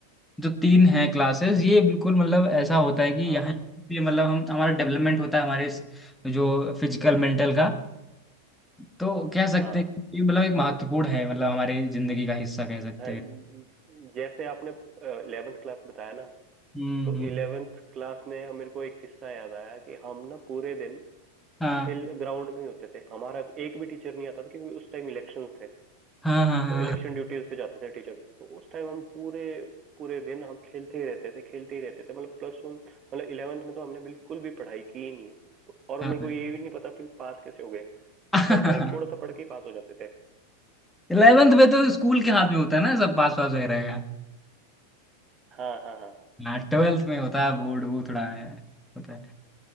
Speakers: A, in the centre; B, on the right.
A: जो तीन हैं क्लासेस ये बिल्कुल मतलब ऐसा होता है कि
B: हाँ
A: यहाँ पे मतलब हम हमारा डेवलपमेंट होता है हमारे इस- जो फिजिकल मेंटल का तो कह सकते
B: हाँ
A: हैं कि ये मतलब एक महत्वपूर्ण है मतलब हमारे जिंदगी का हिस्सा कह सकते
B: हाँ,
A: हैं
B: जैसे आपने इलेवेंथ क्लास बताया ना
A: हम्म
B: तो
A: हम्म,
B: इलेवेंथ क्लास में मेरे को एक किस्सा याद आया कि हम ना पूरे दिन
A: हाँ
B: खेल ग्राउंड में ही होते थे हमारा एक भी टीचर नहीं आता था क्योंकि उस टाइम इलेक्शन थे
A: हाँ हाँ
B: तो इलेक्शन ड्यूटीज पे जाते थे टीचर्स तो उस टाइम हम पूरे पूरे दिन हम खेलते ही रहते थे खेलते ही रहते थे मतलब प्लस वन मतलब इलेवेंथ में तो हमने बिल्कुल भी पढ़ाई की ही नहीं है और
A: हाँ
B: मेरे को ये भी नहीं पता कि पास कैसे हो गए
A: हाँ
B: उस टाइम तो मतलब थोड़ा सा पढ़ के ही पास हो जाते थे
A: इलेवेंथ <laughs> में तो स्कूल के हाथ में होता है ना सब पास पास वगैरह
B: हाँ हाँ हाँ
A: हाँ ट्वेल्थ में होता है बोर्ड वो थोड़ा है, होता है